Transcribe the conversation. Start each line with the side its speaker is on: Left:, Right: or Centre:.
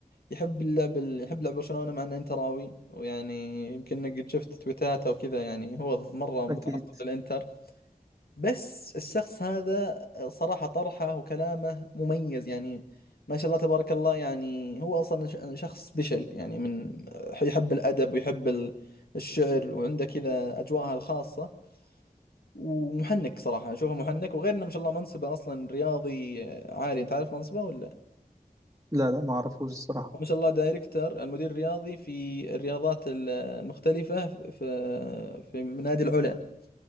Left: يحب اللعب يحب لعب برشلونه مع انه انتراوي ويعني يمكن إنك قد شفت تويتاته وكذا يعني هو مره متعصب
Right: أكيد
Left: للانتر بس الشخص هذا صراحة طرحه وكلامه مميز يعني ما شاء الله تبارك الله يعني هو أصلا ش- شخص بشل يعني من يحب الأدب ويحب ال- الشعر وعنده كذا أجواءها الخاصة ومحنك صراحة أشوفه محنك وغير إنه ما شاء الله منصبه أصلا رياضي عالي تعرف منصبه ولا؟
Right: لا لا معرفوش الصراحة
Left: هو ما شاء الله دايركتر المدير الرياضي في الرياضات ال- المختلفة في في في نادي العلا